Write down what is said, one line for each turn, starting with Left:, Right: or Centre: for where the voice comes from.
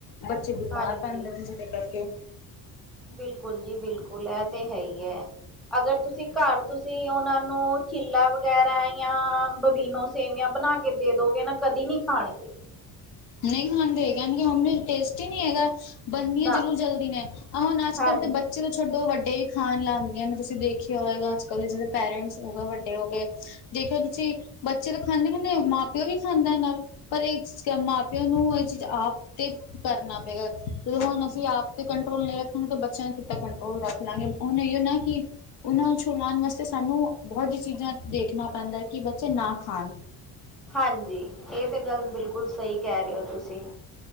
Left: ਬੱਚੇ ਬਿਮਾਰ
Centre: ਹਾਂਜੀ।
Left: ਪੈਂਦੇ ਨੇ ਜਿਦੇ ਕਰਕੇ
Centre: ਬਿਲਕੁਲ ਜੀ -ਬਿਲਕੁਲ ਏ ਤੇ ਹੈ ਈ ਐ, ਅਗਰ ਤੁਸੀਂ ਘਰ ਤੁਸੀਂ ਓਂਨਾ ਨੂੰ ਚਿਲਾ ਵਗੈਰਾ ਜਾਂ ਬਬੀਨੋ ਸੇਵੀਆਂ ਬਣਾ ਕੇ ਦੇਦੋਗੇ ਨਾ ਕਦੀ ਨੀ ਖਾਣਗੇ
Left: ਨਈ ਖਾਂਦੇ ਏ ਕੈਣਗੇ ਮੰਮੀ ਅੱਜ ਟੇਸਟੀ ਨਈ ਹੈਗਾ। ਬਣਦੀਆ
Centre: ਨਾ
Left: ਜ਼ਰੂਰ ਜਲਦੀ ਨੇ, ਆਹ ਹੁਣ ਅੱਜ-ਕੱਲ੍ਹ
Centre: ਹਾਂ
Left: ਤੇ ਬੱਚ ਬੱਚੇ ਤੋਂ ਛੱਡੋ ਵੱਡੇ ਈ ਖਾਣ ਲੱਗ ਨੇ ਤੁਸੀਂ ਦੇਖਿਆ ਹੋਏਗਾ ਅੱਜ-ਕੱਲ ਦੇ ਜਿਦਾ‌ ਪੇਰੈਂਟਸ ਹੋ ਗਏ ਵੱਡੇ ਹੋ ਗਏ ਜੇ ਕਰ ਤੁਸੀਂ ਬੱਚੇ ਤਾਂ ਖਾਂਦੇ ਹੁੰਦੇ ਹੋ ਮਾਂ ਪਿਓ ਵੀ ਖਾਂਦਾ ਨਾਲ ਪਰ ਏ ਚੀਜ਼ ਮਾਂ ਤੇ ਓਨੂੰ ਏ ਚੀਜ਼ ਆਪ ਤੇ ਕਰਨਾ ਪਏਗਾ ਜਦੋਂ ਹੁਣ ਅਸੀਂ ਆਪ ਤੇ ਕੰਟਰੋਲ ਨਹੀਂ ਰੱਖਾਂਗੇ ਤਾਂ ਬੱਚਿਆਂ ਨੇ ਕਿਥੋਂ ਕੰਟਰੋਲ ਰੱਖ ਲਾਂਗੇ ਹੁਣ ਇਹੋ ਨਾ ਕਿ ਉਹਨਾਂ ਨੂੰ ਛੁਡਵਾਉਣ ਵਾਸਤੇ ਸਾਨੂੰ ਬਹੁਤ ਜਿਹੀ ਚੀਜ਼ਾਂ ਦੇਖਣਾ ਪੈਂਦਾ ਕਿ ਬੱਚੇ ਨਾ ਖਾਣ
Centre: ਹਾਂਜੀ ਇਹ ਤੇ ਗੱਲ ਬਿਲਕੁਲ ਸਹੀ ਕਹਿ ਰਹੇ ਹੋ ਤੁਸੀਂ।